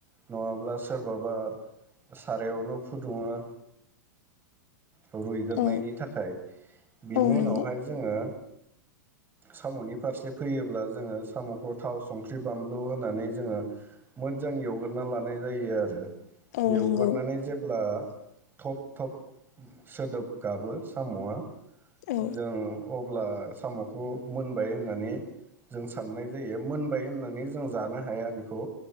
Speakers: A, on the right; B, on the left.
A: नङाब्ला सोरबाबा सारायावनो फुदुङो। रुइगोरनायनि
B: औ
A: थाखाय बिनि
B: औ
A: उनावहाय
B: नंगौ
A: जोङो साम'नि फारसे फैयोब्ला जोङो साम'खौ थाव संख्रि बानलु होनानै जोङो मोजां एवग्रोना लानाय जायो आरो।
B: औ
A: एवगोरनानै
B: नंगौ
A: जेब्ला थब थब <inaudible> सोदोब गाबो साम'आ
B: औ
A: जों अ ब्ला साम'खौ मोनबाय होननानै जों साननाय जायो, मोनबाय होननानै जों जानो हाया बेखौ